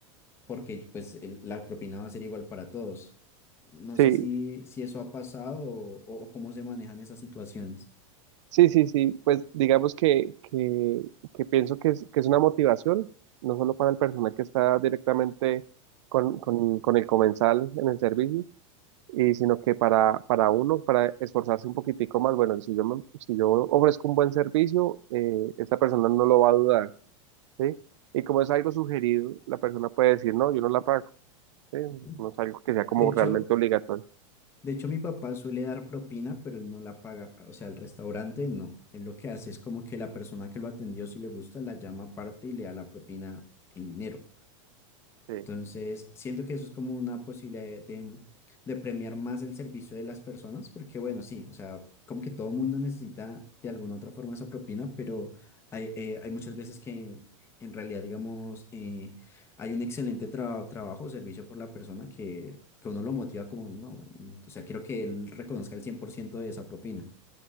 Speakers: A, on the left; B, on the right.
A: porque pues el- la propina va a ser igual para todos. No
B: Sí,
A: sé si, si eso ha pasado o, o cómo se manejan esas situaciones.
B: sí, sí, sí. Pues digamos que, que, que pienso que es, que es una motivación, no solo para el personal que está directamente con, con, con el comensal en el servicio, y sino que para, para uno, para esforzarse un poquitico más. Bueno, si yo, me- si yo ofrezco un buen servicio, eh, esta persona no lo va a dudar, ¿sí? Y como es algo sugerido, la persona puede decir, no, yo no la pago, ¿sí?
A: Ujú.
B: No es algo que sea como
A: De hecho,
B: realmente obligatorio.
A: de hecho, mi papá suele dar propina, pero él no la paga, o sea, el restaurante no. Él lo que hace es como que la persona que lo atendió, si le gusta, la llama aparte y le da la propina en dinero.
B: sí.
A: Entonces, siento que eso es como una posibilidad de, de- de premiar más el servicio de las personas, porque bueno, sí, o sea, como que todo mundo necesita de alguna otra forma esa propina, pero hay, eh, hay muchas veces que en realidad, digamos, eh, hay un excelente tra- trabajo o servicio por la persona que, que uno lo motiva como, no, bueno, o sea, quiero que él reconozca el 100% de esa propina.